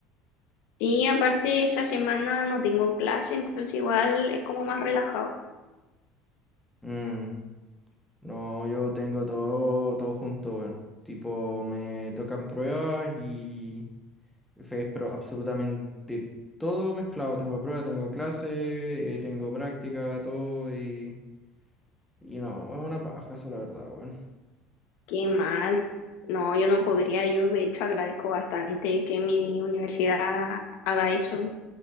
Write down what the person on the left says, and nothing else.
Sí, aparte esa semana no tengo clase, entonces igual es como más relajado.
Qué mal. No, yo no podría. Yo de hecho agradezco bastante que mi universidad haga eso,